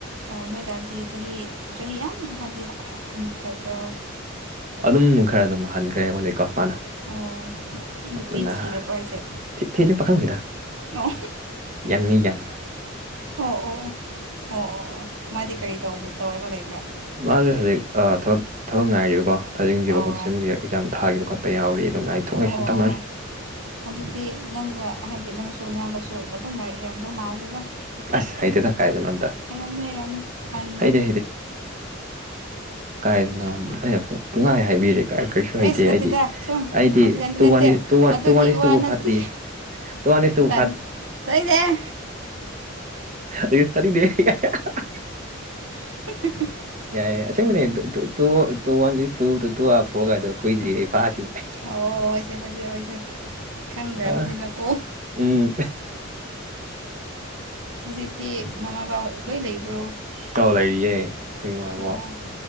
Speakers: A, on the right; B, on the right.
A: ꯑꯣ ꯅꯣꯏꯗꯥꯔꯗꯤ ꯆꯍꯤ ꯆꯍꯤ ꯌꯥꯝ ꯍꯥꯏꯕꯗꯤ ꯍꯟꯈ꯭ꯔꯕ꯭ꯔꯥ
B: ꯑꯗꯨꯝ ꯈꯔ ꯑꯗꯨꯝ ꯍꯟꯈ꯭ꯔꯦ ꯑꯩꯉꯣꯟꯅꯤꯀꯣ ꯃꯥꯅ
A: ꯑꯣ ꯅꯨꯄꯤ
B: ꯑꯗꯨꯅ
A: ꯊꯤꯔꯕ꯭ꯔꯥ ꯍꯥꯏꯁꯦ
B: ꯆ ꯆꯤ ꯄ ꯄꯥꯈꯥꯝꯈꯤꯗ
A: ꯑꯣ
B: ꯌꯥꯪꯅꯤ ꯌꯥꯪ
A: ꯑꯣ ꯑꯣ ꯑꯣ ꯑꯣ ꯑꯣ ꯑꯣ ꯃꯥꯗꯤ ꯀꯔꯤ ꯇ ꯇꯧꯔꯒ ꯂꯩꯕ꯭ꯔꯥ
B: ꯃꯥꯁꯦ ꯍꯧꯖꯤꯛ ꯊꯕꯛ ꯊꯕꯛ ꯉꯥꯏꯔꯤꯕꯀꯣ ꯊꯥꯖꯤꯟꯈꯤꯕ
A: ꯑꯣ
B: ꯈꯆꯤꯟꯈꯤꯕ ꯑꯦꯛꯖꯥꯝ ꯊꯥꯈꯤꯕ ꯈꯣꯠꯄ ꯇ ꯌꯥꯎꯔꯤ ꯑꯗꯨꯝ ꯉꯥꯏꯊꯣꯛ ꯉꯥꯏꯁꯤꯟ
A: ꯑꯣ
B: ꯇꯧꯅꯔꯤ
A: ꯑꯗꯨꯗꯤ ꯅꯪꯒ ꯍꯥꯏꯕꯗꯤ ꯅꯪꯁꯨ ꯑꯌꯥꯝꯕꯁꯨ ꯑꯗꯨ ꯑꯗꯨꯝ ꯂꯥꯏꯔꯤꯛ ꯍꯩꯔꯝꯗꯧ ꯃꯥꯜꯂꯤꯗ
B: ꯑꯁ ꯍꯩꯗꯦꯗ ꯀꯥꯏꯗꯅꯣ ꯑꯝꯇ
A: ꯍꯩꯔꯝꯅꯦ ꯂꯩꯔꯝꯅꯦ ꯈꯟ
B: ꯍꯩꯇꯦ ꯀꯥꯏꯗꯅꯣꯝ ꯑꯩꯅ ꯄꯨꯡ ꯄꯨꯡꯉꯥꯏ ꯍꯥꯏꯕꯤꯔꯦ ꯀꯥꯏ ꯀꯩꯁꯨ ꯍꯩꯇꯦ
A: ꯑꯦꯁ ꯅꯠꯇꯦꯗ
B: ꯑꯩꯗꯤ
A: ꯁꯨꯝ
B: ꯑꯩꯗꯤ
A: ꯅꯠꯇꯦ ꯅꯠꯇꯦ
B: ꯇꯨ
A: ꯅꯠꯇꯦ
B: ꯋꯥꯟ ꯏ ꯇꯨ
A: ꯑꯗꯨꯒꯤ
B: ꯇꯨ ꯋꯥꯟ ꯏꯁ
A: ꯋꯥ
B: ꯇꯨꯕꯣ
A: ꯅꯠꯇꯦ
B: ꯐꯥꯗ꯭ꯔꯤꯌꯦ ꯇꯨ ꯋꯥꯟ ꯏꯁ ꯇꯨꯕꯨ
A: ꯇꯟ ꯇꯥꯏꯟꯗꯦꯍꯦ
B: ꯑꯌꯨꯁꯇꯅꯤꯅꯦ <unintelligible>
A: <inaudible>
B: ꯑꯌꯦ ꯑꯁꯦꯡꯕꯅꯦ ꯇꯨ ꯇ two two one is two two two are four ꯒꯥꯏꯗꯣ ꯀꯨꯏꯗꯔꯤꯏ ꯐꯈꯤꯕ
A: ꯑꯥꯎ ꯍꯣꯏꯁꯦ ꯍꯣꯏꯁꯦ ꯍꯣꯏꯁꯦ ꯈꯪꯗ꯭ꯔꯕꯅꯤꯅꯀꯣ
B: ꯑ ꯎꯝ
A: ꯍꯣꯖꯤꯛꯇꯤ ꯃꯃꯥꯕꯥ ꯑꯣꯏ ꯂꯩꯕ꯭ꯔꯣ
B: ꯀꯥꯎ ꯂꯩꯔꯤꯌꯦꯦ ꯑꯩꯈꯣꯏ ꯏꯃꯥꯕꯣ
A: ꯑꯣ